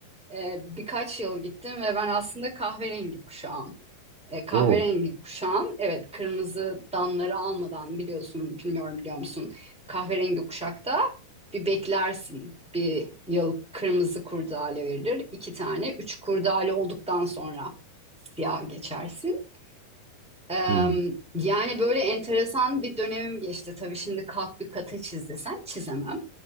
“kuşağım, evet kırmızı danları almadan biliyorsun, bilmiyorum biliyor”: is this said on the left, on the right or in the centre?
Centre